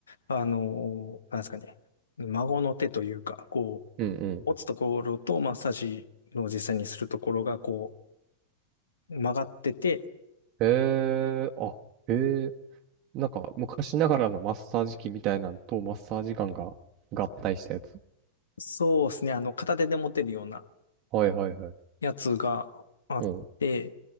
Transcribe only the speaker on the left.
あの、なんですかね。孫の手というか、こう、
持つところとマッサージの実際にするところが、こう、曲がってて、
そうですね。あの、片手で持てるような
やつがあって、